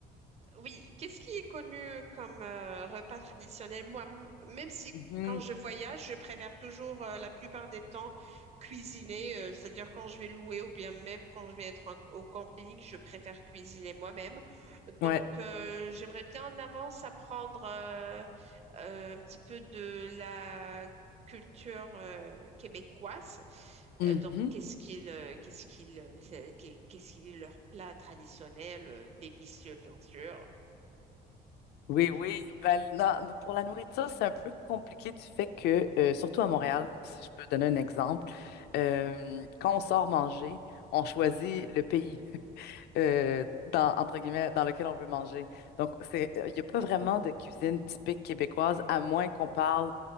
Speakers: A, on the right; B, on the left.
A: Oui, qu'est-ce qui est connu comme euh, repas traditionnel? Moi, m- même si
B: Mhm.
A: quand je voyage, je préfère toujours euh, la plupart des temps cuisiner, euh, c'est-à-dire quand je vais louer ou bien même quand je vais être en- au camping, je préfère cuisiner moi-même. Donc,
B: Ouais.
A: euh, j'aimerais bien en avance apprendre euh, euh, un petit peu de la culture euh, québécoise.
B: Mhm.
A: Euh, donc, qu'est-ce qu'ils, euh, qu'est-ce qu'ils, euh, c'est- qu'est- qu'est-ce qu'ils leur plat traditionnel, euh, délicieux bien sûr.
B: Oui, oui. Ben, na- na- pour la nourriture, c'est un peu compliqué du fait que, euh, surtout à Montréal, si je peux donner un exemple, euh, quand on sort manger, on choisit le pays <laughs> euh, dans, entre guillemets, dans lequel on veut manger. Donc, c'est, euh, il n'y a pas vraiment de cuisine typique québécoise, à moins qu'on parle